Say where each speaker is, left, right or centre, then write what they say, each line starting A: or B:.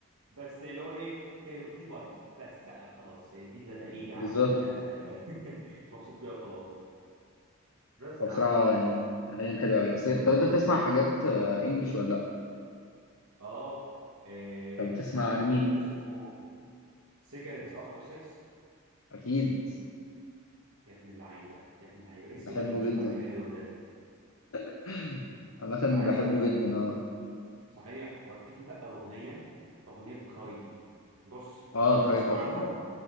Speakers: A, on the right; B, on the left.
A: بس اللي هو ايه كايروكي فايبس بس بقى خلاص دي اللي انا ايه عارف
B: بالظبط
A: انت <laughs> مبسوط بيها وخلاص بس
B: فبصراحه
A: يا عم
B: يعني اغانيهم حلوه قوي بس طب انت بتسمع حاجات انجلش ولا لا
A: اه آه،
B: طب
A: تسمع
B: بتسمع
A: عن
B: لمين
A: باند اسمه سيجارتس افتر 6
B: اكيد
A: يا ابن اللعيبه يا ابن اللعيبه ايه
B: بحبه
A: الذوق المشترك
B: جدا
A: الحلو ده
B: <clears throat> عامة
A: وعايز
B: بحبه
A: اقول
B: جدا
A: لك
B: اه
A: صحيح وفي بقى أغنية أغنية كراي دي بص
B: اه
A: أنا بسمعها
B: كراي تحفة طبعا